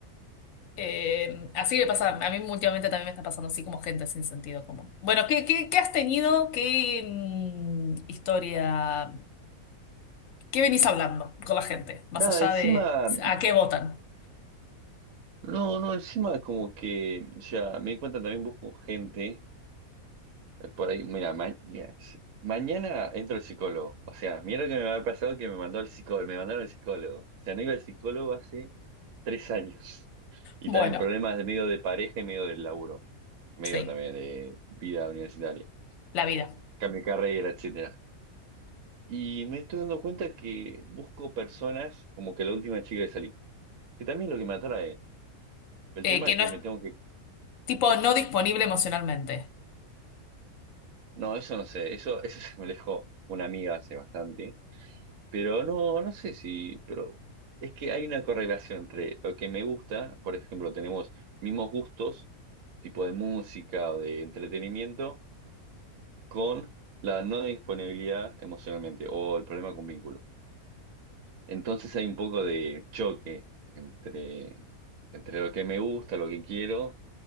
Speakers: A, on the left; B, on the right.
A: Eh, así me pasa, a mí últimamente también me está pasando así como gente sin sentido común. Bueno, ¿qué, qué, qué has tenido? ¿Qué mm, historia? ¿Qué venís hablando con la gente? Más
B: Nada,
A: allá
B: encima,
A: de a qué votan.
B: no, no, encima como que, o sea, me di cuenta también busco gente. Por ahí, mira, ma- mira, s- mañana entro al psicólogo. O sea, mira lo que me había pasado que me mandó al psicólogo, me mandaron al psicólogo. O sea, no iba al psicólogo hace tres años. <laughs> Y
A: Bueno,
B: también problemas de medio de pareja y medio del laburo, medio
A: sí,
B: también de vida universitaria,
A: la vida.
B: cambio de carrera, etcétera. Y me estoy dando cuenta que busco personas como que la última chica que salí, que también es lo que me atrae. El
A: Eh,
B: tema
A: que
B: es
A: no
B: que
A: es
B: me tengo que.
A: tipo no disponible emocionalmente.
B: No, eso no sé, eso, eso <laughs> se me lo dejó una amiga hace bastante Pero no, no sé si, pero es que hay una correlación entre lo que me gusta, por ejemplo, tenemos mismos gustos, tipo de música o de entretenimiento, con la no disponibilidad emocionalmente o el problema con vínculos. Entonces hay un poco de choque entre, entre lo que me gusta, lo que quiero